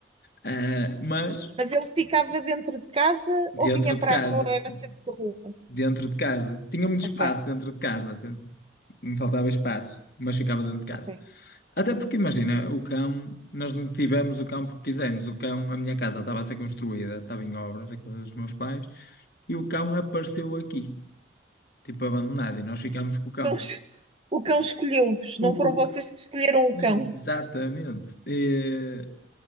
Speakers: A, on the left (about 55°); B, on the right (about 30°).
A: Ah, mas
B: Mas ele ficava dentro de casa
A: dentro
B: ou vinha para.
A: de casa.
B: ou era sempre de rua?
A: dentro de casa. Tinha muito
B: Ok,
A: espaço dentro de casa, até. me faltava espaço, mas ficava dentro de casa.
B: ok.
A: Até porque, imagina, o cão, nós não tivemos o cão porque quisemos. O cão, a minha casa estava a ser construída, estava em obras, a casa dos meus pais, e o cão apareceu aqui, tipo abandonado, e nós ficámos com o cão.
B: Então, o cão escolheu-vos, não
A: O,
B: foram vocês
A: o-
B: que escolheram o
A: exatamente.
B: cão.
A: Eh,